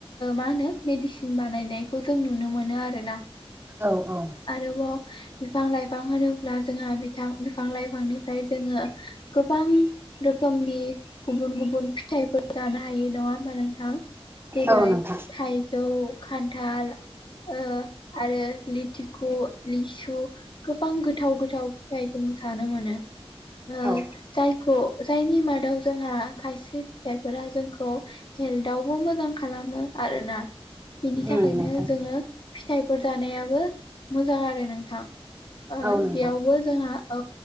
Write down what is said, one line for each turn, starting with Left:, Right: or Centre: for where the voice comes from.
Left: मा होनो मेडिसिन बानायनायखौ जों नुनो मोनो आरो ना।
Right: औ औ
Left: आरोबाव बिफां लाइफां होनोब्ला जोंहा बिथां बिफां लाइफांनिफ्राय जोङो गोबां रोखोमनि गुबुन गुबुन फिथाइफोर जानो हायो नङा होनबा नोंथां जेरै
Right: औ नोंथां
Left: थाइजौ खान्थाल ओ आरो लिथिखु लिसु गोबां गोथाव गोथाव फिथाइ जों जानो मोनो। <unintelligible>
Right: औ
Left: जायखौ जायनि मादाव जोंहा खायसे फिथाइफोरा जोंखौ हेल्थआव बो मोजां खालामो आरोना बिनि थाखायनो
Right: उम नोंथां
Left: जोङो फिथाइफोर जानायाबो मोजां आरो नोंथां। ओ
Right: औ नोंथां
Left: बेयावबो जोंहा औ